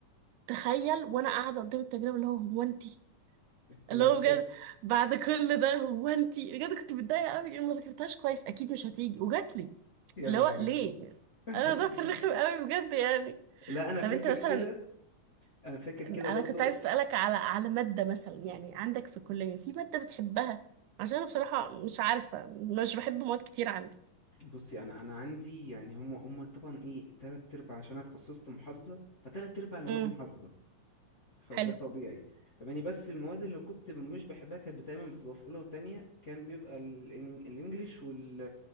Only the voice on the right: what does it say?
تخيل وانا قاعده قدام التجربه اللي هو هو انتي
اللي هو
بجد بعد كل ده هو انتي بجد كنت متضايقه قوي لأن ما ذاكرتهاش كويس اكيد مش هتيجي وجات لي
اللي
هو ليه
انا الموضوع كان رخم قوي بجد يعني
طب
انت مثلا
انا
كنت عايز اسالك على على ماده مثلا يعني عندك في الكليه في ماده بتحبها عشان انا بصراحه مش عارفه مش بحب مواد كتير عندي
امم
حلو